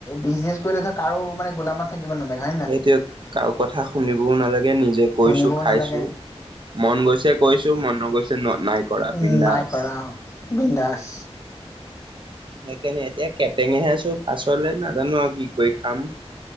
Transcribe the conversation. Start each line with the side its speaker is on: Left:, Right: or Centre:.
Left: বিজনেছ কৰিলে ধৰ কাৰো মানে গোলামত থাকিব নেলাগে
Right: সেইটোৱে কাৰো কথা শুনিবও নালাগে নিজে কৈছো
Left: শুনিবও
Right: খাইছো
Left: নালাগে
Right: মন গৈছে কৈছো মন নগৈছে ন নাই কৰা
Left: উ
Right: বিন্দাছ
Left: নাই কৰা, বিন্দাছ
Right: সেইকাৰণে, এতিয়া কেটেঙেহে আছো পাছলে নাজানো আৰু কি কৰি খাম